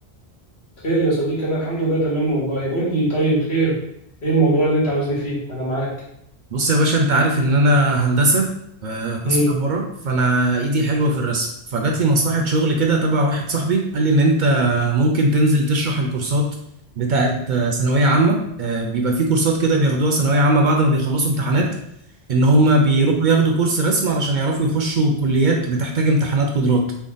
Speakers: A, on the left; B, on the right.
A: خير يا صديقي انا الحمد لله تمام والله قول لي طيب خير ايه الموضوع اللي انت عاوزني فيه انا معاك
B: بص يا باشا انت عارف ان انا هندسة آه، قسم
A: امم
B: عمارة فانا ايدي حلوة في الرسم فجات لي مصلحة شغل كده تبع واحد صاحبي قال لي ان انت ممكن تنزل تشرح الكورسات بتاعت آه، ثانوية عامة آه، بيبقى في كورسات كده بياخدوها ثانوية عامة بعد ما بيخلصوا امتحانات ان هم بيروحوا
A: امم
B: ياخدوا كورس رسم علشان يعرفوا يخشوا كليات بتحتاج امتحانات قدرات